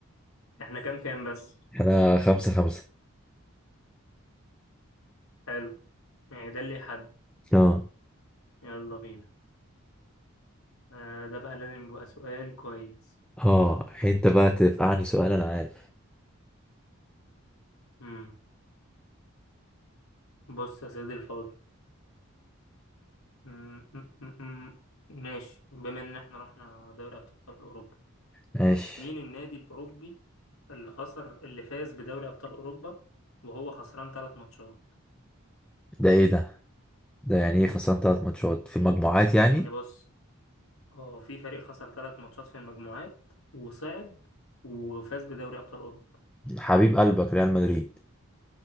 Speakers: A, on the left; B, in the centre.
A: احنا كام كام بس
B: احنا خمسة خمسة
A: حلو يعني ده اللي يحدد
B: اه
A: يلا بينا آه ده بقى لازم يبقى سؤال كويس
B: اه يعني انت بقى تفقعني سؤال انا عارف
A: امم بص يا سيدي الفاضل م- م- م- م. ماشي بما ان احنا رحنا دوري ابطال اوروبا
B: ماشي
A: مين النادي الاوروبي اللي خسر اللي فاز بدوري ابطال اوروبا وهو خسران ثلاث ماتشات
B: ده ايه ده ده يعني ايه خسران ثلاث ماتشات في المجموعات يعني
A: يعني بص اه في فريق خسر ثلاث ماتشات في المجموعات وصعد وفاز بدوري ابطال اوروبا
B: حبيب قلبك ريال مدريد